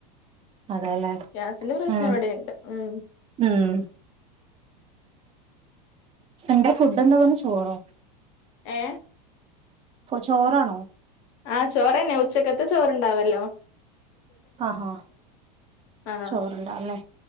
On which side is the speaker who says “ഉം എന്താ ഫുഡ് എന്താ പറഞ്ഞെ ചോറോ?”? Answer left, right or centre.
Right